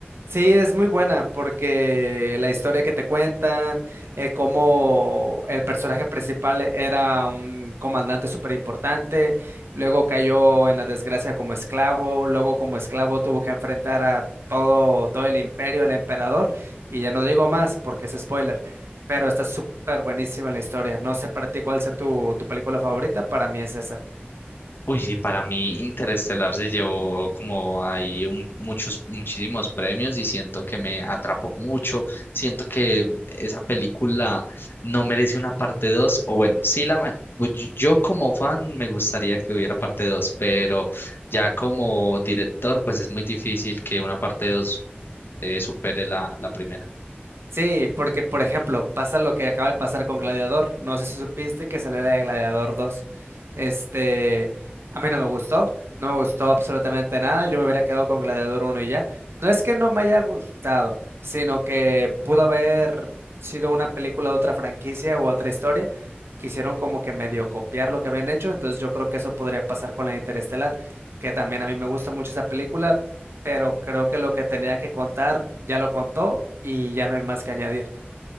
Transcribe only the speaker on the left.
Uy, sí, para mí Interestelar se llevó como ahí un- muchos, muchísimos premios y siento que me atrapó mucho. Siento que esa película no merece una parte 2. o bueno, sí la... ma- pues Yo yo como fan me gustaría que hubiera parte 2, pero ya como director pues es muy difícil que una parte 2 eh, supere la, la primera.